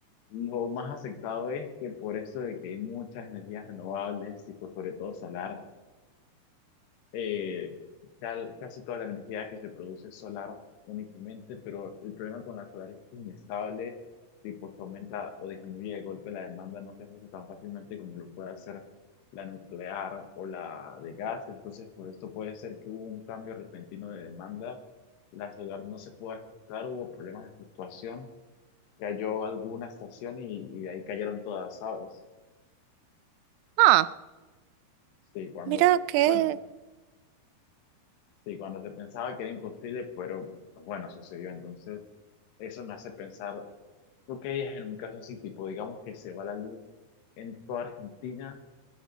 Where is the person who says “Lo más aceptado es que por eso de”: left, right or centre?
Left